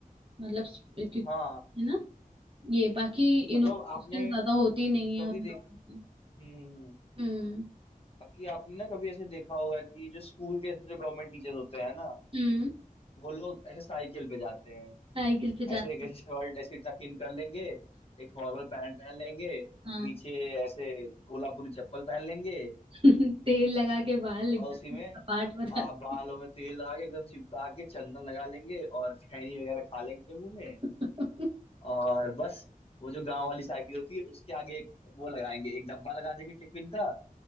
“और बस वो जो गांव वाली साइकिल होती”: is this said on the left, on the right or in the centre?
Left